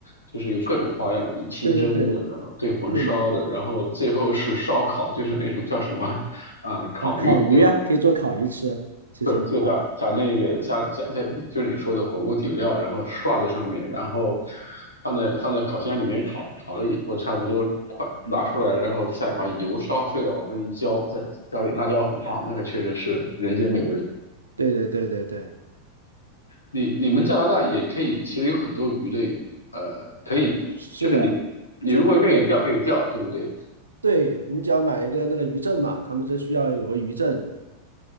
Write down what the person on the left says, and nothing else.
就是有各种花样，有清蒸的，
然后对红烧的，
然后最后是烧烤，就是那种叫什么啊、烤鱼，
对吧？
对，就加加那个加加加，就是你说的火锅底料，然后刷在上面，然后放在放在烤箱里面烤，烤了以后差不多快拿出来，然后再把油烧沸了往上一浇，再浇点辣椒粉啊，那个确实是人间美味。
你你们加拿大也可以，其实有很多鱼类，呃，可以，
就是你你如果愿意钓可以钓，
对不对？